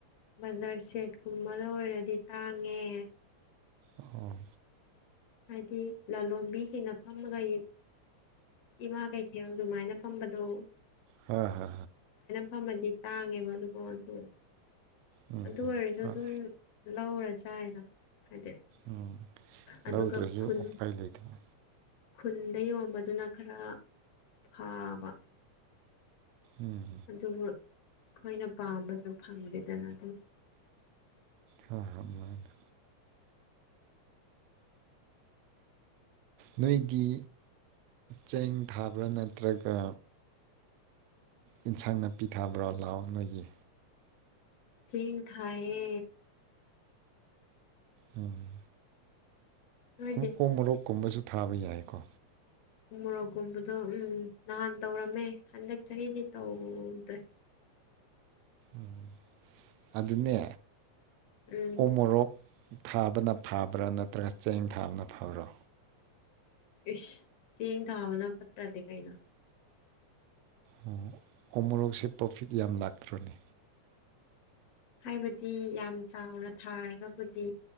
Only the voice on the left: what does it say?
ꯕꯖꯔ ꯁꯦꯠꯀꯨꯝꯕꯗ ꯑꯣꯏꯔꯗꯤ ꯇꯥꯡꯉꯦ
ꯍꯥꯏꯗꯤ ꯂꯂꯣꯟꯕꯤꯁꯤꯡꯅ ꯐꯝꯃꯒ ꯏꯃꯥ ꯀꯩꯊꯦꯜ ꯑꯗꯨꯃꯥꯏꯅ ꯐꯝꯃ ꯀꯗꯣ
ꯐꯝꯃꯗꯤ ꯇꯥꯡꯉꯦꯕ ꯑꯗꯨꯣ ꯑꯗꯨ
ꯑꯗꯨ
ꯑꯣꯏꯔꯁꯨ
ꯑꯗꯨꯝ ꯂꯧꯔ ꯆꯥ ꯍꯥꯏꯅꯣ ꯍꯥꯏꯗꯤ
ꯑꯗꯨꯒ
ꯈꯨꯟ
ꯈꯨꯟꯗ ꯌꯣꯟꯕꯗꯨꯅ ꯈꯔ ꯐꯥꯕ
ꯑꯗꯨꯕꯨ ꯑꯩꯈꯣꯏꯅ ꯄꯥꯝꯕꯗꯨꯣ ꯐꯪꯗꯦꯗꯅ ꯑꯗꯨꯝ
ꯆ ꯊꯑꯌꯦ
ꯅꯣꯏꯗꯤ
ꯃꯣꯔꯣꯛꯀꯨꯝꯕꯗꯣ ꯎꯝ ꯅꯍꯥꯟ ꯇꯧꯔꯝꯃꯦ ꯍꯟꯗꯛ ꯆꯍꯤꯗꯤ ꯇꯧꯗ꯭ꯔꯦ
ꯎꯝ
ꯏ ꯆꯦꯡ ꯊꯥꯕꯅ ꯄꯠꯇꯗꯤ ꯀꯩꯅꯩꯅ
ꯍꯥꯏꯕꯗꯤ ꯌꯥꯝ ꯆꯥꯎꯅ ꯊꯥꯔꯒꯕꯨꯗꯤ